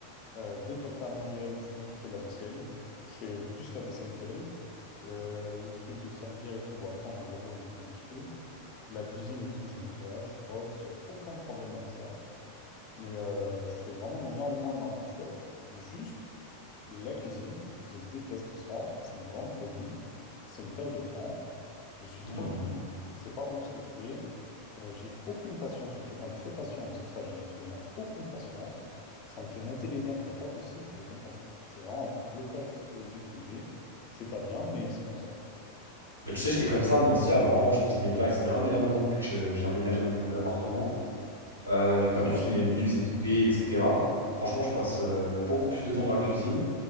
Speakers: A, on the left; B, on the right.
A: Euh, dès qu'elle fait à manger, elle, c'est moi qui fais la vaisselle. Je fais plus la vaisselle qu'elle. Euh, le truc de serpillère et tout, bon, après, on a le robot, donc c'est lui qui fait. La cuisine et tout, je nettoie, je frotte, j'ai aucun problème avec ça. Mais euh, je fais vraiment énormément, énormément de choses. Juste, la cuisine, je déteste ça. C'est une grande phobie. C'est une perte de temps. Je suis trop
B: Non.
A: nul. C'est pas bon ce que je fais. Euh, j'ai aucune patience. Je suis quelqu'un de très patient, mais sur ça, j'ai absolument aucune patience. Ça me fait monter les nerfs comme pas possible. Je comprends pas. C'est vraiment un blocage psychologique que j'ai. C'est pas bien, mais c'est comme ça.
B: Bah, tu sais, j'étais comme ça moi aussi avant, je cuisinais pas, etc. Mais là maintenant, depuis que je- j'ai emménagé dans mon nouvel appartement, euh, et que
A: Mais
B: ma cuisine
A: moi, j'ai
B: est
A: déjà...
B: mieux équipée, etc. Franchement, je passe euh, beaucoup plus de temps dans la cuisine.